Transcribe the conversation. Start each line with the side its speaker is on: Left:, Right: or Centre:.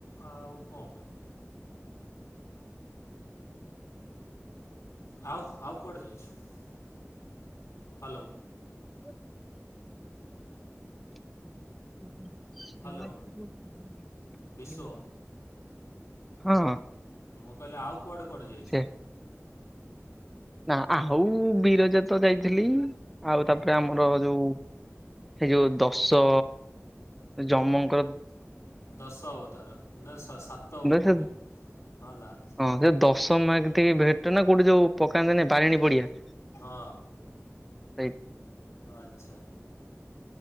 Left: ଆଉ କଣ କହିବି। ଆଉ ଆଉ କୁଆଡେ ଯାଇଛୁ? ହ୍ୟାଲୋ।
Centre: <unintelligible> <unintelligible>
Left: ହ୍ୟାଲୋ ବିଶୁ
Centre: ହଁ।
Left: ମୁଁ କହିଲି ଆଉ କୁଆଡେ କୁଆଡେ ଯାଇଛୁ?
Centre: ସେ ନା ଆଉ ବିରଜା ତ ଯାଇଥିଲି। ଆଉ
Left: ହୁଁ
Centre: ତାପରେ ଆମର ଯୋଉ ଏହି ଯୋଉ ଦଶ ଜମଙ୍କର
Left: ଦଶ ଅବତାର ନା ସା-ସା-ସାତ ଭଉଣୀ
Centre: ସେ
Left: ହଁଲା।
Centre: ହଁ ସେ ଦଶ ତମେ ଟେ ଭେଟନା କୋଉଠି ଯୋଉ ପକାନ୍ତେନି ବାରିଣୀ ପଡିଆ।
Left: ହଁ।
Centre: ସେଇ
Left: ଆଚ୍ଛା।